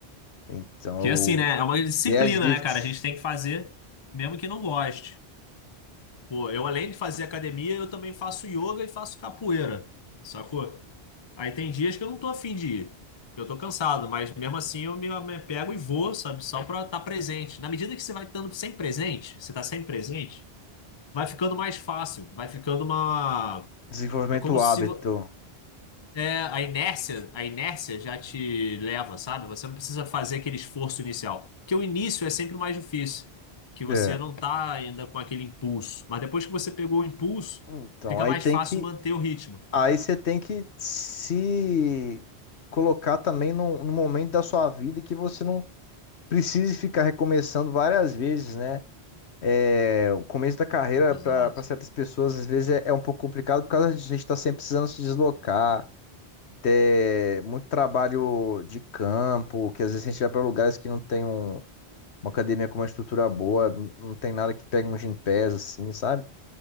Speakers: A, on the left; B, on the left.
A: Então,
B: Que é assim, né? É uma disciplina,
A: o deadlift,
B: né, cara? A gente tem que fazer, mesmo que não goste. Pô, eu além de fazer academia, eu também faço yoga e faço capoeira, sacou? Aí tem dias que eu não tô afim de ir. Eu tô cansado, mas mesmo assim eu me, me pego e vou, sabe? Só pra estar presente. Na medida que você vai estando sem presente, você tá sem presente, vai ficando mais fácil, vai ficando uma.
A: desenvolvimento
B: É como
A: do
B: se
A: hábito.
B: vo- é, a inércia, a inércia já te leva, sabe? Você não precisa fazer aquele esforço inicial. Porque o início é sempre o mais difícil, que você
A: É.
B: não tá ainda com aquele impulso. Mas depois que você pegou o impulso,
A: Então,
B: fica
A: aí
B: mais
A: tem
B: fácil
A: que,
B: manter o ritmo.
A: aí você tem que se colocar também num, num momento da sua vida que você não precise ficar recomeçando várias vezes, né? É, o começo da carreira
B: Exato.
A: para certas pessoas às vezes é, é um pouco complicado por causa disso. A gente está sempre precisando se deslocar, ter muito trabalho de campo, que às vezes a gente vai para lugares que não tem um- uma academia com uma estrutura boa, não não tem nada que pegue um gympass assim, sabe?